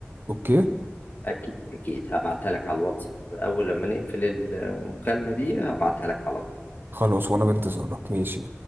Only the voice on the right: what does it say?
اوكي
خلاص وانا بانتظارك ماشي